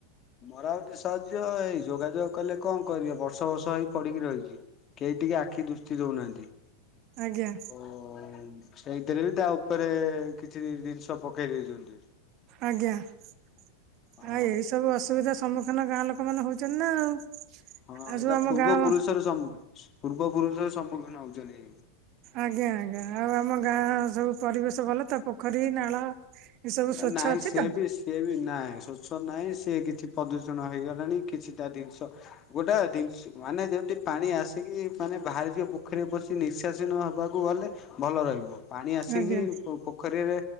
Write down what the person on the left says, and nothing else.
ମରାମତି ସାହାଯ୍ୟ ଏଇ ଯୋଗାଯୋଗ କଲେ କଣ କରିବେ ବର୍ଷ ବର୍ଷ ହେଇ ପଡ଼ିକି ରହିଚି। କେହି ଟିକେ ଆଖି ଦୃଷ୍ଟି ଦଉନାହାନ୍ତି।
ଓ ସେଇଥିରେ ବି ତା ଉପରେ କିଛି ଜିନିଷ ପକେଇ ଦେଇଚନ୍ତି।
ଅ
ହଁ
ଏଇଟା
ପୂର୍ବ
ପୁରୁଷରୁ ସମୁ- ପୂର୍ବ ପୁରୁଷ ରୁ ସମ୍ମୁଖୀନ ହଉଚନ୍ତି।
ନାଇଁ
ସେ
ବି ସିଏ ବି ନାଇଁ ସ୍ୱଚ୍ଛ ନାହିଁ ସେ କିଛି ପ୍ରଦୂଷଣ ହେଇଗଲାଣି କିଛି ତା ଜିନିଷ ଗୋଟା ଜିନିଷ- ମାନେ ଯଉଠି ପାଣି ଆସିକି ମାନେ ବାହାରିଯିବ ପୋଖରୀରେ ପଶି ନିଶାସୀନ ହବାକୁ କୁ ଗଲେ ଭଲ ରହିବ ପାଣି ଆସିଙ୍କି
ପୋଖରୀ ରେ